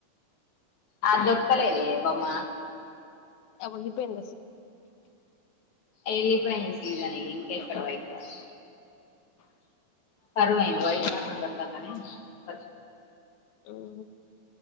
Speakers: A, on the left; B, on the left.
A: ఆ జోక్తలేదే బొమ్మ
B: అవి ఉండిపోయిండ
A: ఎల్లి పోయింది సిజాన్ ఇంకెక్కడ వైపోవలే కరువైంది వైట్ వాటర్ దొరకాకనే సచ్
B: హ్మ్